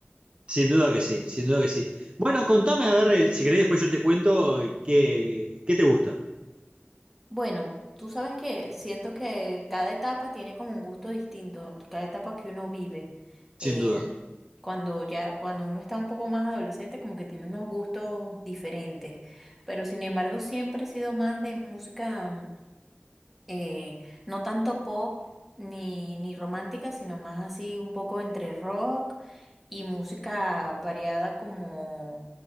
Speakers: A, on the right; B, in the centre.
A: Sin duda que sí, sin duda que sí. Bueno, contame, a ver, eh, si querés después yo te cuento eh, qué, qué te gusta,
B: Bueno, tú sabes que siento que cada etapa tiene como un gusto distinto, cada etapa que uno vive.
A: sin
B: El-
A: duda.
B: cuando ya, cuando uno está un poco más adolescente, como que tiene unos gustos diferentes. Pero sin embargo, siempre he sido más de música, eh, no tanto pop ni, ni romántica, sino más así un poco entre rock y música variada como